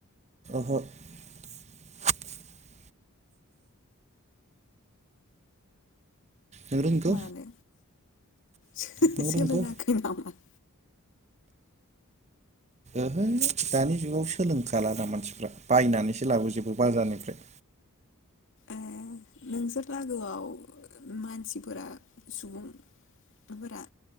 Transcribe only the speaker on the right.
<unintelligible> नों रोंगौ
नों रोंगौ
ओहो दानि जुगाव सोलोंखालादा मानसिफ्रा बायनानैसो लाबोजोबो बाजारनिफ्राय